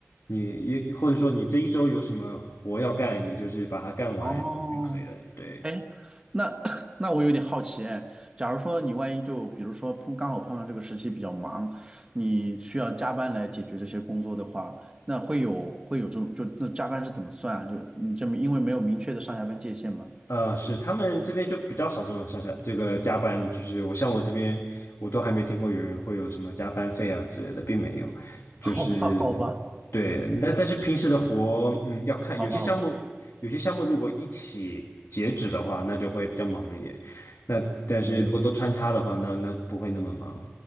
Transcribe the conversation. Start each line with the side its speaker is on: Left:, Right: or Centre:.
Left: 你也或者说你这一周有什么活要干，你就是把它干完就可以了。
Right: 哦，
Left: 对。
Right: 哎，那 <coughs> <clears throat> 那我有点好奇，哎，假如说你万一就比如说碰刚好碰上这个时期比较忙，你需要加班来解决这些工作的话，那会有会有这种就那加班是怎么算啊？就你这么因为没有明确的上下班界限嘛？
Left: 呃，是他们这边就比较少这种上下这个加班，就是我像我这边，我都还没听过有人会有什么加班费啊之类的，并没有。
Right: <laughs>
Left: 就是对，
Right: 好吧，好吧。
Left: 但但是平时的活，嗯，要看有些项目，
Right: 好吧，好吧，
Left: 有些项目如果一起截止的话，那就会比较忙一点。那但是如果都穿插的话，
Right: 嗯，
Left: 那那不会那么忙。